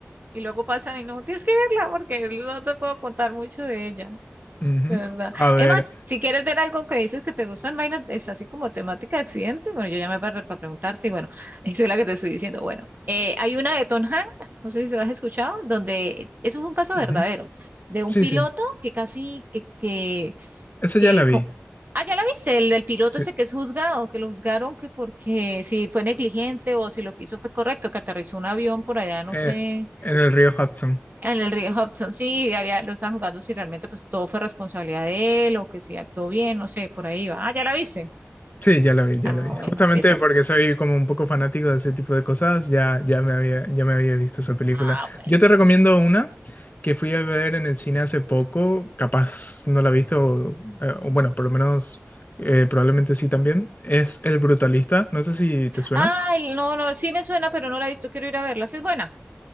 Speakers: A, on the right (about 45°); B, on the left (about 40°).
A: Y luego pasan y no, tienes que verla porque no te puedo contar mucho de ella.
B: Ujú.
A: de verdad.
B: A ver,
A: Es más, si quieres ver algo que dices que te gustan vainas, es así como temática de accidente. Bueno, yo llamé para, para preguntarte y bueno, <laughs> eso es la que te estoy diciendo. Bueno, eh, hay una de Tom Hanks, no sé si lo has escuchado, donde eso es un caso
B: ujú.
A: verdadero, de un
B: Sí,
A: piloto
B: sí,
A: que casi, que, que,
B: esa
A: que
B: ya la vi.
A: co- Ah, ya la viste, el del piloto
B: Sí,
A: ese que es juzgado, que lo juzgaron que porque si fue negligente o si lo que hizo fue correcto, que aterrizó un avión por allá, no
B: eh,
A: sé,
B: en el río Hudson.
A: en el río Hudson, sí, había, lo están jugando si realmente pues todo fue responsabilidad de él o que si actuó bien, no sé, por ahí va. Ah, ¿ya la viste?
B: Sí, ya lo vi, ya
A: Ah,
B: lo vi.
A: bueno,
B: Justamente
A: sí, esas.
B: porque soy como un poco fanático de ese tipo de cosas, ya, ya me había, ya me había visto esa película.
A: Ah, bueno.
B: Yo te recomiendo una que fui a ver en el cine hace poco, capaz no la has visto, eh, o bueno, por lo menos eh, probablemente sí también. Es El Brutalista, no sé si te suena.
A: Ay, no, no, sí me suena, pero no la he visto, quiero ir a verla. Sí es buena.